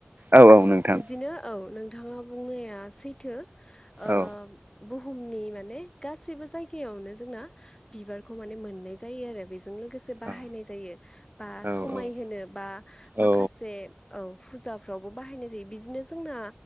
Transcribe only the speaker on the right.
औ औ नोंथां
औ
औ
औ
औ